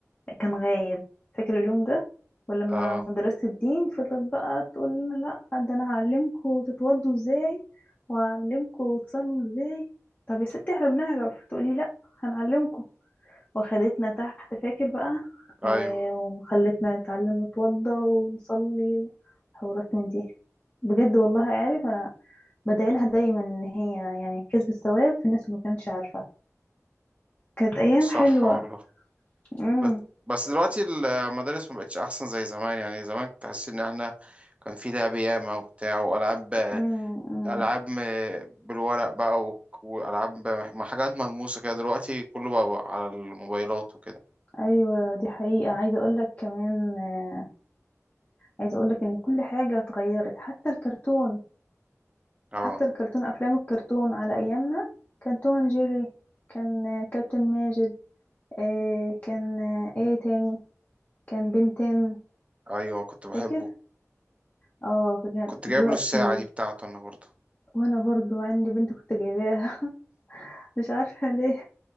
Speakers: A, on the left; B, on the right.
A: كان غايب فاكره اليوم ده ولما
B: اه
A: مدرسه الدين فضلت بقى تقول لنا لا ده انا هعلمكم تتوضوا ازاي وهعلمكم تصلوا ازاي طب يا ستي احنا بنعرف تقولي لا هنعلمكم وخدتنا تحت فاكر بقى
B: أيوه
A: آه وخلتنا نتعلم نتوضى ونصلي وحوارات من دي بجد والله عارف انا بدايلها دايما ان هي يعني كسبت ثواب في الناس اللي ما كانتش عارفة كانت ايام
B: صح
A: حلوة
B: والله
A: امم
B: ب- بس دلوقتي المدارس ما بقتش أحسن زي زمان يعني زمان تحس إن احنا كان في لعب ياما وبتاع وألعاب
A: امم أمم.
B: العاب م- بالورق بقى و- والعاب م- حاجات ملموسه كده دلوقتي كله بقى على الموبايلات وكده
A: ايوه دي حقيقة عايزة اقول لك كمان آه، عايزة اقول لك ان كل حاجة اتغيرت حتى الكرتون
B: اه
A: حتى الكرتون افلام الكرتون على ايامنا كان توم أند جيري كان آه، كابتن ماجد آه، كان آه، ايه تاني كان بنتين
B: ايوه كنت بحبه
A: فاكر اه كان
B: كنت
A: دلوقتي
B: جايب له الساعه دي بتاعته انا برضه
A: وانا برضو عندي بنت كنت جايباها <laughs> مش عارفة ليه